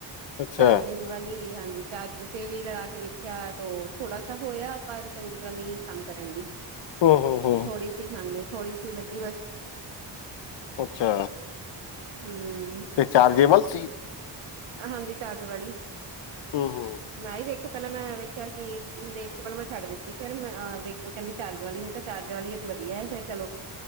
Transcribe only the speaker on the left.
ਅੱਛਾ
ਓ ਹੋ-ਹੋ
ਅੱਛਾ।
ਤੇ ਚਾਰਜੇਬਲ ਸੀ।
ਹੂੰ-ਹੂੰ।